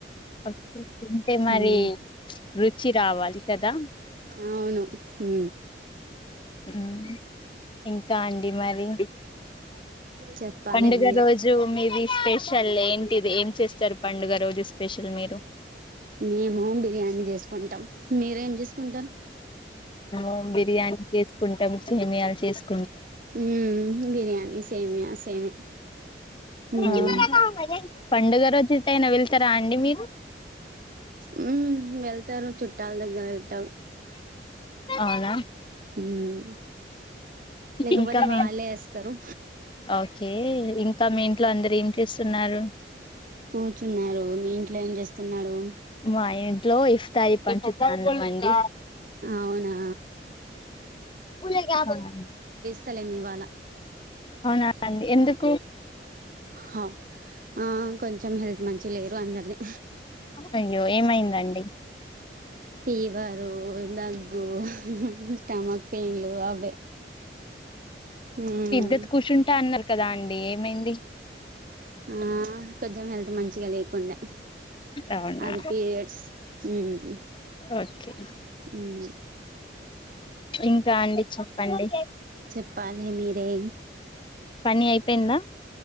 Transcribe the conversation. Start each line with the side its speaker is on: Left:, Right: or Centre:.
Left: ఓకే తింటే మరి
Right: హ్మ్
Left: రుచి రావాలి కదా
Right: అవును హు
Left: ఉమ్ ఇంకా అండి మరి
Right: చెప్పాలి
Left: పండుగ
Right: మీరే
Left: రోజు మీది స్పెషల్ ఏంటిది, ఏం చేస్తారు పండుగ రోజు స్పెషల్ మీరు?
Right: మేము బిర్యానీ చేసుకుంటాం. మీరేం చేసుకుంటారు?
Left: ఓమ్ బిర్యానీ చేసుకుంటాం, సేమ్యలు చేసుక్
Right: ఉమ్ బిర్యాని, సేమ్యా సేమే హ్మ్
Left: ఆ పండుగ టైనా వెళ్తారా అండి. మీరు?
Right: ఉమ్ వెళ్తారు చుట్టాల దగ్గర వెళ్తారు
Left: అవునా
Right: ఉమ్ లేకపోతే
Left: ఇంకా మీ
Right: వాళ్ళేస్తారు.
Left: ఓకే ఇంకా మీ ఇంట్లో అందరు ఏం చేస్తున్నారు?
Right: కూర్చున్నారు. మీ ఇంట్లో ఏం చేస్తున్నారు?
Left: మా ఇంట్లో ఇఫ్తాయి పంచుతాన్నం, అండి.
Right: అవునా
Left: <unintelligible>
Right: చలేం ఇవాళ
Left: అవునా అండి, ఎందుకు?
Right: హ ఆ కొంచెం హెల్త్ మంచిగలేరు అందర్నీ
Left: అయ్యో ఏమైందండి
Right: ఫీ వరు, దగ్గు, స్టమక్ పెయిన్లు అవే. ఉహ్
Left: రెత్ కూశుంట అన్నారు కదా. అండి ఏమైంది.
Right: ఆహ్ కొంచం హెల్త్ త్ మంచిగా లేకుండే.
Left: అవునా
Right: అది పీరియడ్స్ ఉమ్
Left: ఓకే
Right: ఉమ్
Left: ఇంకా అండి. చెప్పండి
Right: చెప్పాలి మీరే
Left: పని అయిపోయిందా?